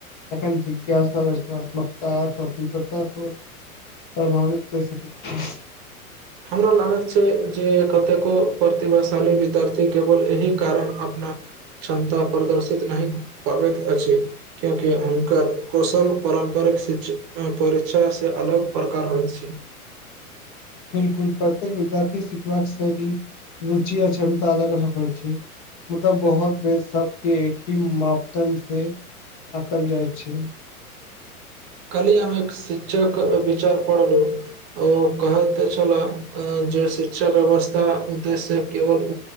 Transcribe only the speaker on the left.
तखन जिज्ञासा रचनात्मकता, स्वतन्त्रता सेहो अछि। प्रभावित कहै सकैत छियै।
बिल्कुल, प्रत्येक विद्यार्थी सीखबाक शैली, रुचि अआ क्षमता अलग-अलग होइ छै। मुदा बहुत बेर सबके एकही मापदण्डसे आंकल जाइ छै।